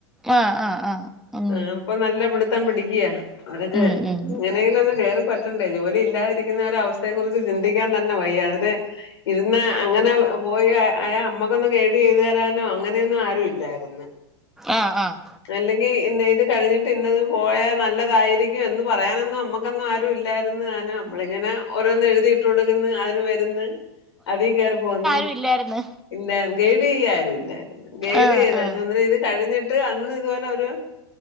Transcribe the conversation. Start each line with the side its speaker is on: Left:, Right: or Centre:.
Centre: ആ ആ ആ ആ ഉം
Left: ആഹ് അപ്പൊ നല്ല പിടുത്തം പിടിക്കയാ അവരക്ക്
Centre: ഉം ഉം
Left: എങ്ങനെങ്കിലും ഒന്നും കേറി പറ്റണ്ടേ ജോലി ഇല്ലാതിരിക്കുന്നവര സ്ഥയെ കുറിച്ച് ചിന്തിക്കാൻ തന്നെ വയ്യ് ഇരുന്ന അങ്ങനെ പോയി അ അമ്മക്കൊന്ന് കേടി ചെയ്തു തരാനോ അങ്ങനെയൊന്നും ആരു ഇല്ലായിരുന്നു
Centre: ആഹ് ആഹ്
Left: അല്ലെങ്കി ഇന്ന ഇത് കഴിഞ്ഞിട്ട് ഇന്നത് പോയാൽ നല്ലതായിരിക്കും എന്ന് പറയാനന്ന നമ്മുക്ക് ആരും ഇല്ലായിരുന്നു താനും നമ്മള ഇങ്ങനെ ഓരോന്നന്ന് എഴുതിട്ട് ള്വടുന്ന് അതിന് വരുന്ന് അതി കേയറി പോന്ന്
Centre: ല്ലായിരുന്നു
Left: ഇല്ല ഗൈഡ് ചെയ്യുക ആരും ഇല്ലായിരുന്നു ഗൈഡ്
Centre: ആ
Left: ചെയ്ത
Centre: ആ
Left: ഇത് കഴിഞ്ഞിട്ട് അന്ന് ഇതുപോലെ ഒരു